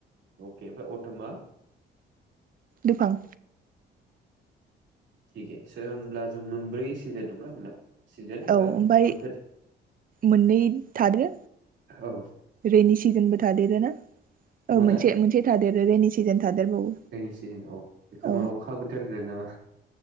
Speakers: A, on the right (about 70°); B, on the right (about 45°).
A: के फाय अट'मा?
B: दुफां।
A: थिक हे स' होमब्ला जों मोनब्रै सिजोन दंना जोंना। सिजोन एबा
B: औ ओमफाय
A: बोथोर
B: मोननै थादो
A: औ
B: रेनि सि जोन बो थादेरोना। औ
A: माना
B: मोनसे मोनसे थादेर रेनि सिजोन थादेरबावो
A: रेनि सिजोन औ बेखौ
B: औ
A: मा अखा बोथोर होनो नामा?